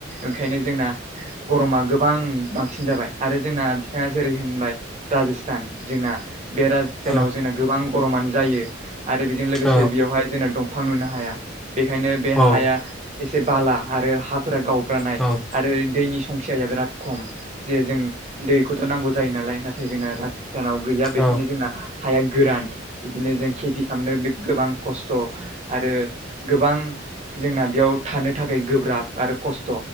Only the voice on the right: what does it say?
ओंखायनो जोंना गरमा गोबां बांसिन जाबाय आरो जोंना बिथाङा जेरै होनबाय राजस्थान जोंना बे राज सतानाव
जोंना गोबां गरमानो जायो आरो बेजों लोगोसे
बेयावहाय जोंना दंफां नुनो हाया बेखायनो बे
हाया एसे बाला आरो हा फोर गावब्रानाय
आरो दैनि संखियाया बिराद खम जे जों दैखौथ' नांगौ जायो नालाय नाथाय जोंना राजस्थानाव गैया बेखायनो
जोंना हाया गोरान बिदिनो जों खेथि खालामनो बे गोबां खस्थ' आरो गोबां जोंना बेयाव थानो थाखाय गोब्राब आरो खस्थ'